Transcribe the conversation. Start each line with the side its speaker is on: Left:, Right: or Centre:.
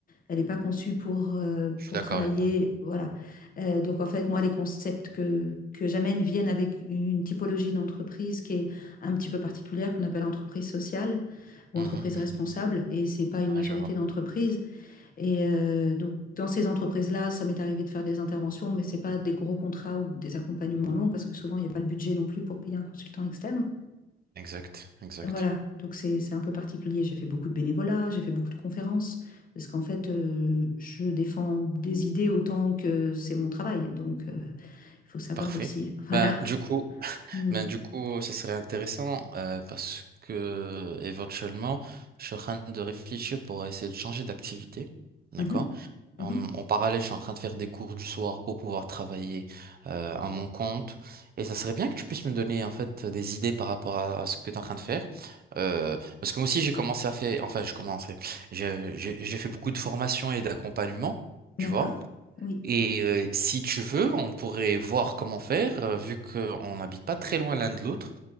Left: Elle n'est pas conçue pour, euh,
Right: Je
Left: pour
Right: suis d'accord
Left: travailler.
Right: avec toi.
Left: Voilà. Euh, donc, en fait, moi, les concepts que, que j'amène viennent avec une typologie d'entreprise qui est un petit peu particulière, qu'on appelle entreprise sociale ou
Right: Mhm.
Left: entreprise
Right: Mhm.
Left: responsable. Et ce n'est pas une
Right: Ouais,
Left: majorité
Right: je vois.
Left: d'entreprises. Et euh, donc, dans ces entreprises-là, ça m'est arrivé de faire des interventions, mais ce n'est pas des gros contrats ou des accompagnements longs parce que souvent, il n'y a pas le budget non plus pour payer un consultant externe.
Right: Exact, exact.
Left: Voilà, donc c'est c'est un peu particulier. J'ai fait beaucoup de bénévolat, j'ai fait beaucoup de conférences, parce qu'en fait, euh, je défends des idées autant que c'est mon travail. Donc, euh, il faut savoir
Right: Parfait.
Left: aussi. <laughs> Voilà.
Right: Ben, du coup,
Left: Mm.
Right: Ben, du coup, ça serait intéressant euh, parce que éventuellement, je suis en train de réfléchir pour essayer de changer d'activité. D'accord?
Left: Mhm. Mhm.
Right: En, en parallèle, je suis en train de faire des cours du soir pour pouvoir travailler euh, à mon compte. Et ça serait bien que tu puisses me donner en fait des idées par rapport à, à ce que tu es en train de faire. Euh, parce que moi aussi, j'ai commencé à faire, enfin, je commençais, j'ai j'ai- j'ai fait beaucoup de formations et d'accompagnement,
Left: D'accord.
Right: tu vois.
Left: Oui.
Right: Et euh, si tu veux, on pourrait voir comment faire, euh, vu qu'on n'habite pas très loin l'un de l'autre.